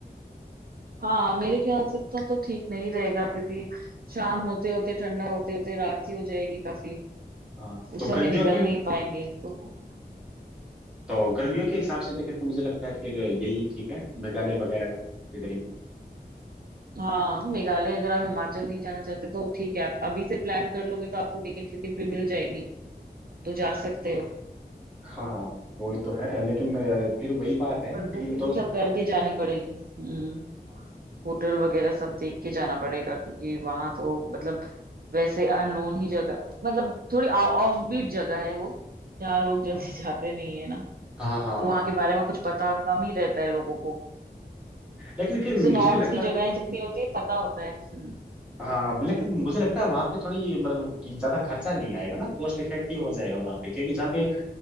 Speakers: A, on the right; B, in the centre.
A: हाँ मेरे ख्याल से तो, तो ठीक नहीं रहेगा क्योंकि शाम होते होते ठंडा होते होते रात ही हो जाएगी काफी
B: हाँ
A: उस
B: तो
A: समय
B: गर्मियों
A: निकल
B: के
A: नहीं पाएंगे तो
B: तो गर्मियों के हिसाब से देखे तो तो मुझे लगता है फिर यही ठीक है मेघालय वगैरह का इधर ही
A: हाँ मेघालय अगर आप हिमाचल नहीं जाना चाहते तो ठीक है आप अभी से प्लान कर लोगे तो आपको टिकट टिकट भी मिल जाएगी तो जा सकते हो
B: हाँ वही तो है लेकिन अ, फिर वही बात है
A: पर बुकिंग
B: तीन दोस्त
A: सब करके जानी पड़ेगी हम्म होटल वगैरह सब देख के जाना पड़ेगा क्योंकि वहां तो मतलब वैसे अननोन ही जगह मतलब थोड़ी ऑफ बीट जगह है वो जहाँ लोग जल्दी
B: हाँ
A: <laughs> जाते नहीं है ना
B: हाँ हाँ।
A: तो वहां के बारे में कुछ पता कम ही रहता है लोगों को
B: लेकिन फिर
A: जैसे
B: मुझे
A: नॉर्थ
B: नहीं लगता
A: की जगह जितनी होती है पता होता है हम्म,
B: हाँ लेकिन मुझे लगता है वहां पे थोड़ी मतलब कि ज्यादा खर्चा नहीं आएगा ना कॉस्ट इफेक्टिव हो जाएगा वहां पे क्योंकि जहाँ पे